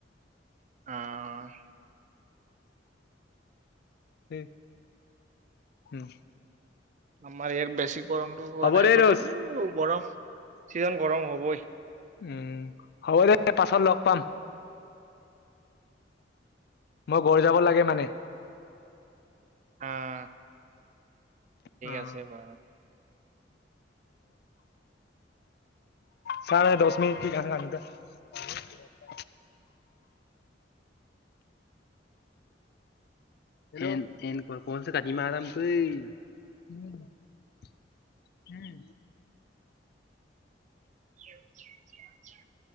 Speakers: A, on the right; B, on the left.
A: অ'।
B: উম, উম।
A: আমাৰ ইয়াত বেছি গৰমটো হোৱা
B: হ'ব
A: নাই।
B: দে
A: তথাপিও
B: ৰোজ,
A: গৰম, চিজন গৰম হ'বই।
B: উম, হ'ব দে পাছত লগ পাম। মই ঘৰ যাব লাগে মানে।
A: অ'।
B: অ'।
A: আছে বাৰু
B: চা দহ মিনিট কি <unintelligible> <inaudible> হেল্ল'। উম।
A: <inaudible>